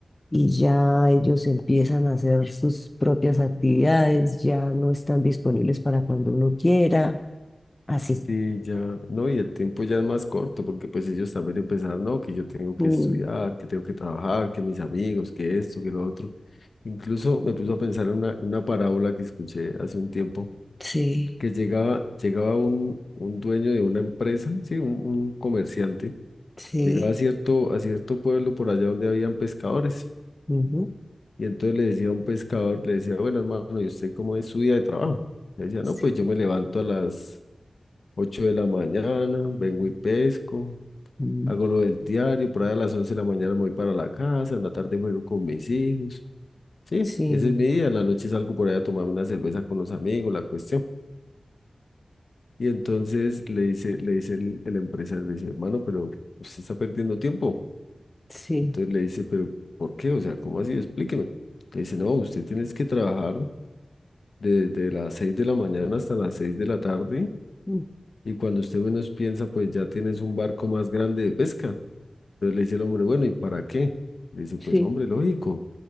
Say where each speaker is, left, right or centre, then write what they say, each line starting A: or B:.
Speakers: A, on the left; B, on the left.
A: y ya ellos empiezan a hacer sus propias actividades, ya no están disponibles para cuando uno quiera, así.
B: sí, ya, no, y el tiempo ya es más corto porque pues ellos también empezaron, no, que yo tengo que
A: Mm,
B: estudiar, que tengo que trabajar, que mis amigos, que esto, que lo otro. Incluso me puso a pensar en una, en una parábola que escuché hace un tiempo,
A: sí,
B: que llegaba, llegaba un, un dueño de una empresa, sí, un, un comerciante,
A: sí.
B: llegaba a cierto, a cierto pueblo por allá donde habían pescadores.
A: Ujú.
B: Y entonces le decía a un pescador, le decía, bueno, hermano, ¿y usted cómo es su día de trabajo? Le decía,
A: Sí,
B: no, pues yo me levanto a las 8 de la mañana, vengo y pesco,
A: mm,
B: hago lo del diario, por ahí a las 11 de la mañana me voy para la casa, en la tarde juego con mis hijos. Sí,
A: sí,
B: ese es mi día, en la noche salgo por ahí a tomarme una cerveza con los amigos, la cuestión. Y entonces le dice, le dice el, el empresario, le dice, hermano, pero usted está perdiendo tiempo.
A: sí,
B: Entonces le dice, pero ¿por qué? O sea, ¿cómo así? Explíqueme. Le dice, no, usted tiene que trabajar desde las 6 de la mañana hasta las 6 de la tarde,
A: mm,
B: y cuando usted menos piensa, pues ya tienes un barco más grande de pesca. Entonces le dice el hombre, bueno, ¿y para qué? Le dice,
A: sí,
B: pues hombre, lógico,